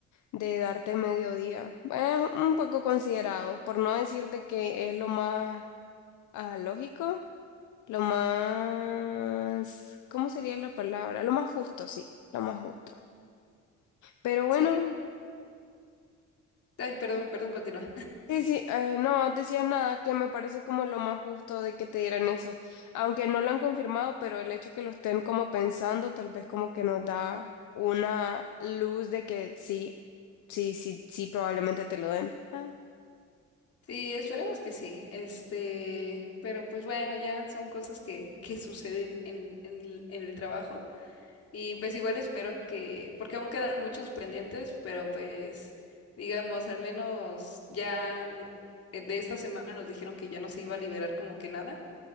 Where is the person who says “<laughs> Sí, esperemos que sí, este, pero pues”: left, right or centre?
Left